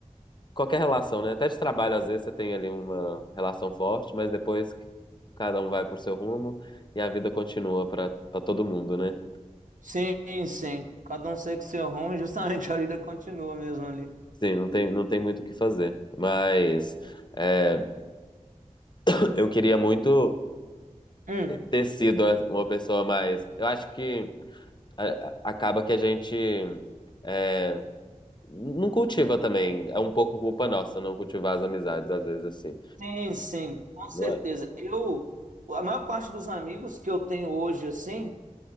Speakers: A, on the left; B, on the right.
A: qualquer relação, né? Até de trabalho, às vezes, você tem ali uma relação forte, mas depois que cada um vai pro seu rumo e a vida continua para todo mundo, né?
B: Sim, sim. Cada um segue seu rumo e justamente <laughs> a vida continua mesmo ali.
A: Sim, não tem, não tem muito o que fazer. Mas é, <clears throat> eu queria muito
B: Hum,
A: ter sido uma pessoa mais. Eu acho que a- a- acaba que a gente é, não cultiva também. É um pouco culpa nossa não cultivar as amizades, às vezes, assim.
B: sim, sim, com certeza.
A: Não é?
B: Eu, a maior parte dos amigos que eu tenho hoje, assim,